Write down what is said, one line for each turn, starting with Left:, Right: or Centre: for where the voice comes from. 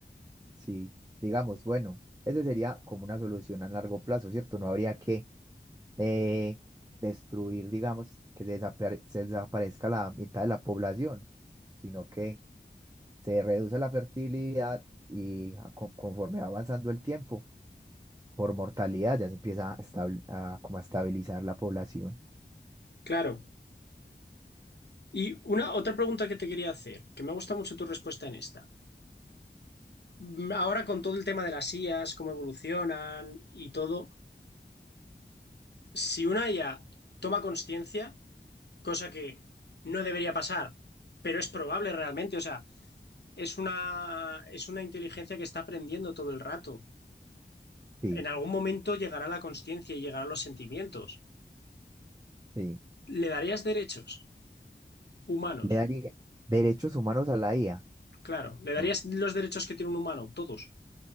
Right: Sí, digamos, bueno, esa sería como una solución a largo plazo, ¿cierto? No habría que eh, destruir, digamos, que se desapare- se desaparezca la mitad de la población, sino que se reduce la fertilidad y a- con- conforme va avanzando el tiempo, por mortalidad ya se empieza a, establ- a como a estabilizar la población.
Left: Claro, Y una otra pregunta que te quería hacer, que me ha gustado mucho tu respuesta en esta. Mm, Ahora con todo el tema de las IAs, cómo evolucionan y todo, si una IA toma conciencia, cosa que no debería pasar, pero es probable realmente, o sea, es una, es una inteligencia que está aprendiendo todo el rato.
Right: Sí,
Left: En algún momento llegará la conciencia y llegarán los sentimientos.
Right: sí.
Left: ¿Le darías derechos humanos?
Right: ¿Le daría derechos humanos a la IA?
Left: Claro, ¿le darías
Right: No,
Left: los derechos que tiene un humano? Todos.